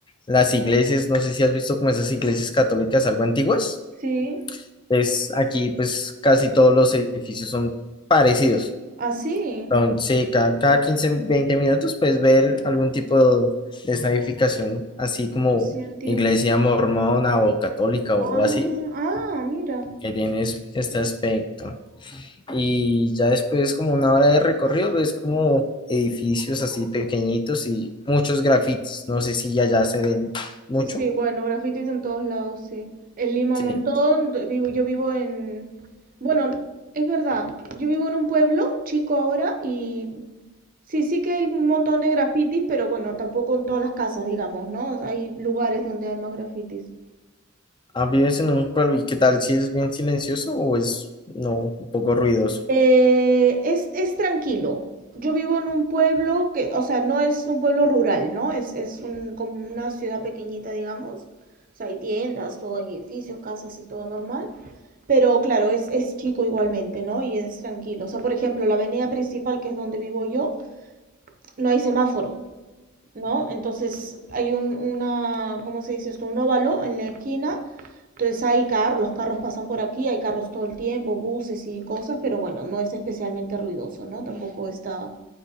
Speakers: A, on the left; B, on the right.
A: las iglesias, no sé si has visto como esas iglesias católicas algo antiguas.
B: Sí,
A: Es aquí pues casi todos los edificios son parecidos.
B: así,
A: Entonces cada, cada 15 20 minutos puedes ver algún tipo de esta edificación, así como
B: así antiguo.
A: iglesia mormona o católica o
B: Ah,
A: así
B: ah, mira.
A: que tienes este aspecto. Y ya después, como una hora de recorrido, ves como edificios así pequeñitos y muchos grafitis. No sé si allá se ven mucho.
B: Sí, bueno, grafitis en todos lados, sí. En Lima
A: Sí.
B: un montón, d- vivo, yo vivo en... Bueno, es verdad, yo vivo en un pueblo chico ahora y sí, sí que hay un montón de grafitis, pero bueno, tampoco en todas las casas, digamos, ¿no? Hay lugares donde hay más grafitis.
A: Ah, ¿vives en un pueblo y qué tal si es bien silencioso o es no, un poco ruidoso?
B: Eh, es, es tranquilo. Yo vivo en un pueblo que, o sea, no es un pueblo rural, ¿no? Es, es un, como una ciudad pequeñita, digamos. O sea, hay tiendas, todo, hay edificios, casas y todo normal. Pero claro, es, es chico igualmente, ¿no? Y es tranquilo. O sea, por ejemplo, la avenida principal, que es donde vivo yo, no hay semáforo, ¿no? Entonces hay un, una, ¿cómo se dice esto? Un óvalo en la esquina entonces hay carros, los carros pasan por aquí, hay carros todo el tiempo, buses y cosas, pero bueno, no es especialmente ruidoso, ¿no? Tampoco está